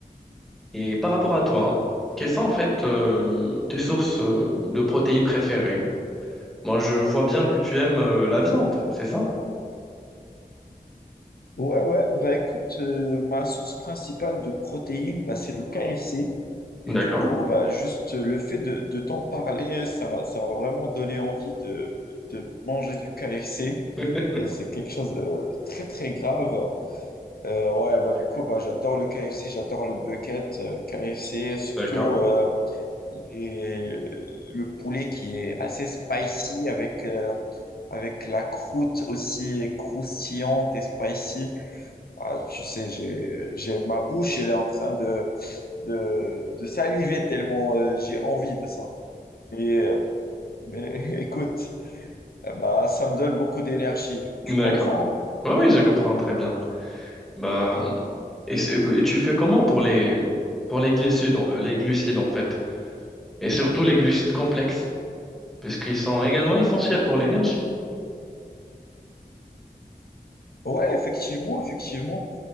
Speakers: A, in the centre; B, on the left (about 70°).
A: Et par rapport à toi, quelles sont en fait euh, tes sources euh, de protéines préférées? Moi, je vois bien que tu aimes euh, la viande, c'est ça?
B: Ouais, ouais, bah écoute, euh, ma source principale de protéines, bah, c'est le KFC. Et
A: D'accord,
B: du coup, bah, juste euh, le fait de, de t'en parler, ça m'a, ça m'a vraiment donné envie de, de manger du KFC.
A: <laughs>
B: Et c'est quelque chose de, de très, très grave. Euh, ouais, bah du coup, bah, j'adore le KFC, j'adore le bucket euh, KFC, surtout
A: d'accord,
B: euh, les- le poulet qui est assez spicy avec, euh, avec la croûte aussi croustillante et spicy. Ah, tu sais, j'ai, j'ai, ma bouche, elle est en train de, de, de saliver tellement euh, j'ai envie de ça. Et, euh, mais <laughs> écoute, euh, bah, ça me donne beaucoup d'énergie.
A: d'accord.
B: Tu comprends?
A: Oui, oui, je comprends très bien. Bah, et c'est- euh, tu fais comment pour les pour les glucides, en- les glucides en fait, et surtout les glucides complexes, parce qu'ils sont également essentiels pour l'énergie.
B: hein Ouais, effectivement, effectivement.